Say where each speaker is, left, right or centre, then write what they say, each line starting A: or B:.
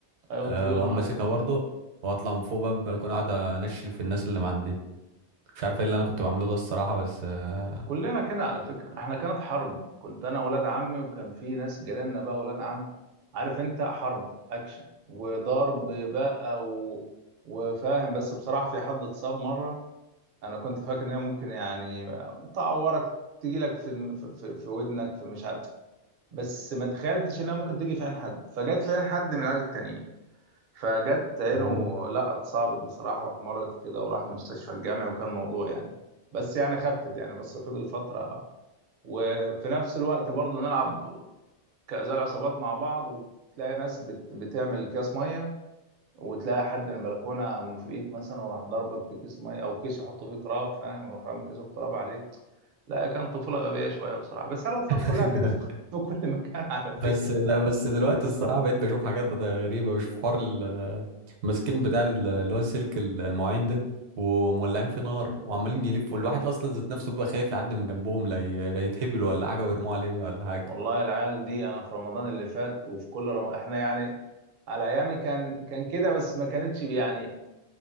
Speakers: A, on the right; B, on the right.
A: ايوه
B: أه
A: الطويله
B: وأقوم
A: اه
B: ماسكها
A: عارفها
B: برضه وأطلع من فوق بقى البلكونة أقعد أنشل في الناس اللي معدية مش عارف إيه اللي أنا كنت بعمله ده الصراحة بس آه،
A: كلنا كده على فكرة احنا كانت حرب كنت انا ولاد عمي وكان في ناس جيراننا بقى ولاد عم عارف انت حرب اكشن وضرب بقى و... وفاهم بس بصراحة في حد اتصاب مرة انا كنت فاكر ان هي ممكن يعني تعورك تجيلك في في في ودنك في مش عارف بس ما تخيلتش انها ممكن تيجي في عين حد فجت في عين حد من العيال التانيين فجت عينه
B: <laughs> آه.
A: لا اتصابت بصراحة واحمرت كده وراح المستشفى الجامعي وكان الموضوع يعني بس يعني خفت يعني بس فضل فترة وفي نفس الوقت برضو نلعب كأزاء العصابات مع بعض وتلاقي ناس بت... بتعمل اكياس ميه وتلاقي حد من البلكونه من فوقيك مثلا وراح ضربك بكيس ميه او كيس يحطه فيه تراب فاهم يروح رامي كيس التراب عليك لا كان طفوله غبيه شويه بصراحه بس هي الاطفال
B: <laughs>
A: كلها كده في كل في كل مكان على فكره
B: بس لا بس دلوقتي الصراحه بقيت بشوف حاجات غريبه بشوف حوار ال- الماسكين بتاع ال- اللي هو السلك ال- المواعين ده ومولعين فيه نار وعمالين يلفوا الواحد اصلا ذات نفسه بيبقى خايف يعدي من جنبهم لا ي- لا يتهبلوا ولا حاجه ويرموا عليه ولا حاجه
A: والله العيال دي انا في رمضان اللي فات وفي كل رمضان احنا يعني على ايامي كان كان كده بس ما كانتش يعني